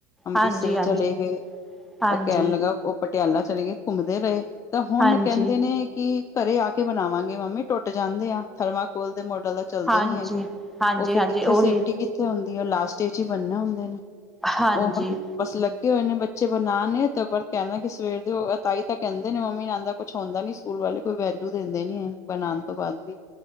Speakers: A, on the left; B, in the centre.
A: ਅੰਮ੍ਰਿਤਸਰ
B: ਹਾਂਜੀ
A: ਚਲੇ
B: ਹਾਂਜੀ
A: ਗਏ
B: ਹਾਂਜੀ
A: ਕਹਿਣ ਲੱਗਾ ਉਹ ਪਟਿਆਲਾ ਚਲੇ ਗਏ ਘੁੰਮਦੇ ਰਹੇ। ਤਾਂ ਹੁਣ
B: ਹਾਂਜੀ,
A: ਕਹਿੰਦੇ ਨੇ ਕਿ ਘਰੇ ਆ ਕੇ ਬਣਾਵਾਂਗੇ ਮੰਮੀ ਟੁੱਟ ਜਾਂਦੇ ਆ ਥਰਮਾਕੋਲ ਦੇ ਮਾਡਲ। ਚੱਲਦੇ
B: ਹਾਂਜੀ,
A: ਨੀ ਹੈਗੇ
B: ਹਾਂਜੀ,
A: ਉਹ ਫਿਰ
B: ਹਾਂਜੀ
A: ਕਿੱਥੇ
B: ਉਹੀ
A: ਸੇਫਟੀ ਕਿ ਥੇ ਹੁੰਦੀ ਹੈ ਉਹ ਲਾਸਟ ਏਚ ਹੀ ਬੰਨਨੇ ਹੁੰਦੇ ਨੇ
B: ਹਾਂਜੀ।
A: ਉਹ ਹੁਣ ਬਸ ਲ ਉਹ ਨੇ ਬੱਚੇ ਬਣਾ ਨੇ ਤੇ ਪਰ ਕਹਿਣਾ ਕਿ ਸਵੇਰ ਦੇ ਉਹ ਤਾਈ ਤਾਂ ਕਹਿੰਦੇ ਨੇ ਮੰਮੀ ਨੈ ਆਦਾ ਕੁਛ ਹੁੰਦਾ ਨੀ ਸਕੂਲ ਵਾਲੇ ਕੋਈ ਵੈਲਊ ਦਿੰਦੇ ਨੀ ਐ, ਬਣਾਉਣ ਤੋਂ ਬਾਅਦ ਵੀ।